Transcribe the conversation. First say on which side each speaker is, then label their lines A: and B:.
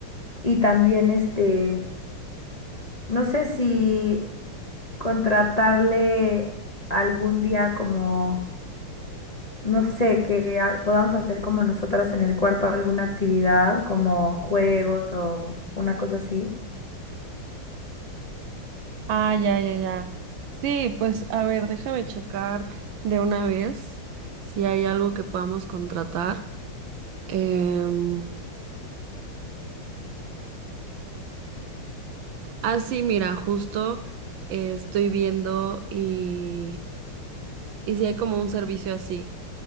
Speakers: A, on the left; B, on the right.
A: Y también este, no sé si contratarle algún día como, no sé, que ha- podamos hacer como nosotras en el cuarto alguna actividad, como juegos o una cosa así.
B: Ah, ya, ya, ya. Sí, pues a ver, déjame checar de una vez si hay algo que podamos contratar. Em, ah, sí, mira, justo eh, estoy viendo y, y si hay como un servicio así.